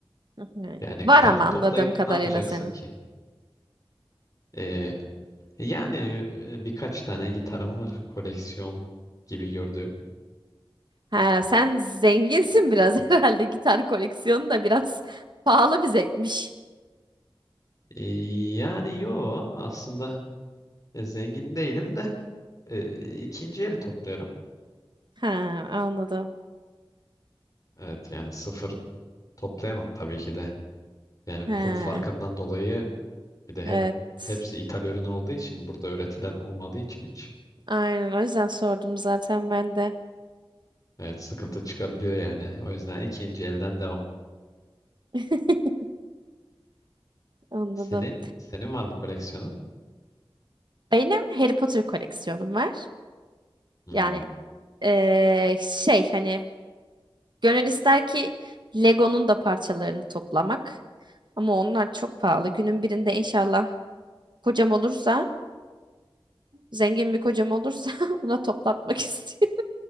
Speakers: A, on the right (about 55°); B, on the left (about 40°).
A: Hı hı.
B: Yani
A: Var
B: kart
A: ama anladığım
B: toplayıp
A: kadarıyla
B: ne yapacaksın
A: senin.
B: ki? Ee, yani e, birkaç tane gitarım var koleksiyon gibi gördüğüm.
A: Ha, sen zenginsin biraz <laughs> herhalde. Gitar koleksiyonu da biraz pahalı bir zevkmiş.
B: Ee, yani yo aslında e, zengin değilim de e, ikinci el topluyorum.
A: Ha, anladım.
B: Evet yani sıfır toplayamam tabii ki de. Yani kur
A: Ha,
B: farkından dolayı bir de hep
A: evet.
B: hepsi ithal ürün olduğu için burada üretilen olmadığı için hiç.
A: Aynen o yüzden sordum zaten ben de.
B: Evet sıkıntı çıkabiliyor yani. O yüzden ikinci elden devam.
A: <laughs> Anladım.
B: Senin? Senin var mı koleksiyonun?
A: Benim Harry Potter koleksiyonum var.
B: Hmm.
A: Yani eee, şey hani gönül ister ki Lego'nun da parçalarını toplamak. Ama onlar çok pahalı. Günün birinde inşallah Kocam olursa, zengin bir kocam olursa <laughs> ona toplatmak istiyorum.